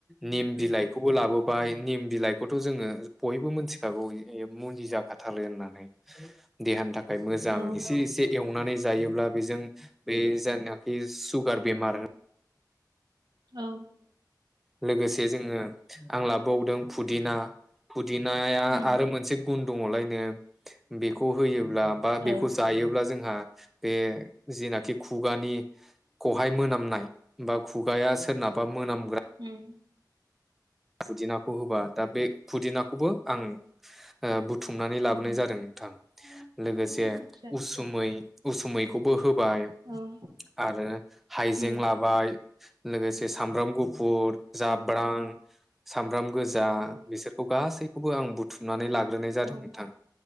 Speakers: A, in the centre; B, on the right.
A: निम बिलाइखौबो लाबोबाय निम बिलाइखौथ‌‌' जोङो बयबो मोनथिखागौ मुलि जाखा- -थालो होननानै। देहानि थाखाय मोजां
B: औ
A: एसे एसे एवनानै जायोब्ला बेजों बे जायनाखि सुगार बेमार
B: औ
A: लोगोसे जोङो आं लाबावदों फुदिना फुदिनाया
B: उम
A: आरो मोनसे गुन दङलायनो बेखौ होयोब्ला बा बेखौ
B: ओ
A: जायोब्ला जोंहा बे जेनाखि खुगानि खौहाय मोनामनाय बा खुगाया सोरनाबा बा मोनामग्रा
B: उम
A: फुदिनाखौ होबा दा बे फुदिनाखौबो आं ओ बुथुमनानै लाबोनाय
B: उम
A: जादों नोंथां। लोगोसे
B: आतसा
A: उसुमै उसुमैखौबो होबाय।
B: औ
A: आरो हाइजें
B: उम
A: लाबाय। लोगोसे सामब्राम गुफुर जाब्रां
B: उम
A: सामब्राम गोजा
B: औ
A: बिसोरखौ गासैखौबो आं बुथुमनानै लाग्रोनाय जादों
B: औ
A: नोंथां।